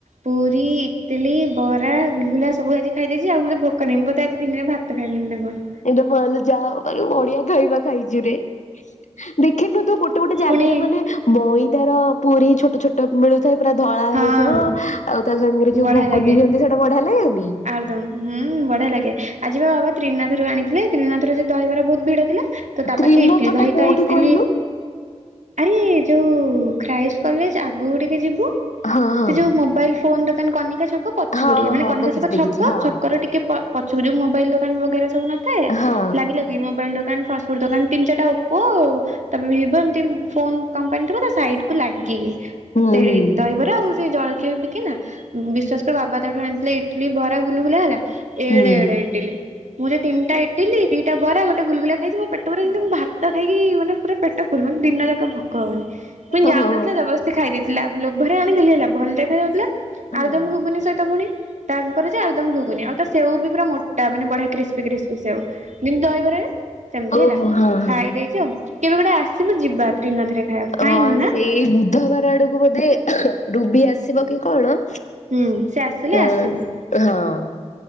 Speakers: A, on the right; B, on the left.
A: ପୁରୀ, ଇଟଲିି, ବରା, ଗୁଲଗୁଲା ସବୁ ଆଜି ଖାଇଦେଇଛି, ଆଉ ମୋତେ ଭୋକ ନାହିଁ। ମୁଁ ବୋଧେ ଆଜି ଦିନରେ ଭା ତ ଖାଇବିନି ନା କଣ?
B: ଏଜ ମାଲୋ ଯାହା ହଉ ମାନେ ବଢିଆ ଖାଇବା ଖାଇଛୁରେ। ଦେଖିନୁ ତୁ ଗୋଟେ ଗୋଟେ ଜାଗାରେ
A: ପୁଣି
B: ମାନେ ମଇଦାର ପୁରୀ ଛୋଟ ଛୋଟ ମିଳୁ ଥାଏ ପୁରା ଧଳା
A: ହଁ
B: ହେଇଥିବ, ଆଉ ତା ସାଙ୍ଗରେ ଯୋଉ
A: ବଢିଆ
B: ଗୁଗୁନି
A: ଲାଗେ
B: ଦିଅନ୍ତି ସେଇଟା ବଢିଆ ଲାଗେନି?
A: ଆଳୁଦମ୍ ହୁଁ ବଢିଆ ଲାଗେ। ଆଜି ବା ବାବା ତ୍ରିନାଥ ରୁ ଆଣିଥିଲେ ତ୍ରିନାଥରେ ଯୋଉ ଦହିବାର ବହୁତ ଭିଡ ଥିଲା। ତ ତା
B: ତ୍ରିନାଥ
A: ପାଖେ ଇଟଲି, ଭାଇ
B: ଟା କୋଉଠି
A: ତା ଇଟିଲି
B: କହିଲୁ?
A: ଆରେ ଯୋଉ ଖ୍ରାଇଷ୍ଟ କଲେଜ ଆଗକୁ ଟିକେ ଯିବୁ
B: ହଁ ହଁ ହଁ
A: ସେ ଯୋଉ ମୋବାଇଲ ଫୋନ ଦୋକାନ କନିକା ଛକ ପଛୁକୁ
B: ହଁ
A: ଟିକେ, ମାନେ
B: ହଁ
A: କନିକା
B: ଦେଖିଛି
A: ଛକ
B: ଦେଖିଛି
A: ଛକ,
B: ହଁ
A: ଛକର ଟିକେ ପ ପଛୁକୁ ଯୋଉ ମୋବାଇଲ ଦୋକାନ ବଗେରା ସବୁ ନଥାଏ
B: ହଁ
A: ଲାଗି ଲାଗି ସେ ମୋବାଇଲ ଦୋକାନ, ଫାଷ୍ଟଫୁଡ୍ ଦୋକାନ, ତିନି ଚାରିଟା ଓପୋ ତପରେ ଭିବୋ ଏମତି ଫୋନ କମ୍ପାନୀ ଥିବ ତା ସାଇଟ୍ କୁ ଲାଗିକି,
B: ହୁଁ
A: ସେଇଠି ଦହିବରା ଆଉ ସେ ଜଳଖିଆ ବି ବିକେନା ବିଶ୍ୟାସ କର ବାବା ତାଠୁ ଆଣିଥିଲେ ଇଟିଲି, ବରା, ଗୁଲୁଗୁଲା ହେଲା ଏଡେ
B: ହୁଁ।
A: ଏଡେ ଇଟିଲି, ମୁଁ ଯେ ତିନିଟା ଇଟିଲି, ଦିଟା ବରା, ଗୋଟେ ଗୁଲଗୁଲା ଖାଇଛି ମୋ ପେଟ ପୁରା ଯେନ୍ତି ମୁଁ ଭା ତ ଖାଇକି ମାନେ ପୁରା ପେଟ ଫୁଲ୍, ମାନେ ଦିନଯାକ ଭୋକ ହବନି, ପୁଣି
B: ହୁଁ
A: ଯାଉନଥିଲା
B: ହଁ ହଉ ହଁ ହଁ
A: ଜବରଦସ୍ତି ଖାଇଦେଇଥିଲା ଲୋଭରେ ଆଣିଥିଲି ହେଲା ଭଲ ଦେଖା ଯାଉଥିଲା
B: ହଁ।
A: ଆଳୁଦମ୍, ଗୁଗୁନି ସହିତ ପୁଣି, ତାଙ୍କର ଯେ ଆଳୁଦମ୍, ଗୁ ଗୁନି ଆଉ ତ ସେଉ ବି ପୁରା ମୋଟା ମାନେ ବଢିଆ କ୍ରିସ୍ପି କ୍ରିସ୍ପି ସେଉ ଯେମିତି ଦହିବରାରେ ସେମତି
B: ଓହୋ
A: ହେଲା,
B: ହଁ ହଁ
A: ଖାଇ ଦେଇଛି ଆଉ କେବେ ଗୋଟେ ଆସିବୁ ଯିବା ତ୍ରିନାଥରେ। ଖାଇବାକୁ ଖାଇନୁ
B: ହଁ
A: ନା?
B: ସେଇ ବୁଧବାର ଆଡକୁ ବୋଧେ ରୁବି ଆସିବ କି କଣ
A: ହୁଁ ସେ ଆସିଲେ
B: ଅ
A: ଆସିବୁ।
B: ହଁ।